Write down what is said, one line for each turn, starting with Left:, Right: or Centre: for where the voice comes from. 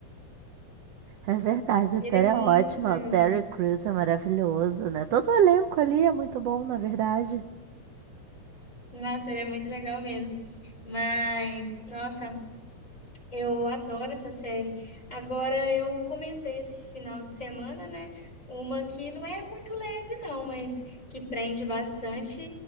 Right: É verdade,
Left: Ele
Right: a série
Left: é muito
Right: é ótima.
Left: legal.
Right: O Terry Crews é maravilhoso, né? Todo o elenco ali é muito bom, na verdade.
Left: Nossa, ele é muito legal mesmo. Mas, nossa, Eu adoro essa série. Agora eu comecei esse final de semana, né? Uma que não é muito leve, não, mas que prende bastante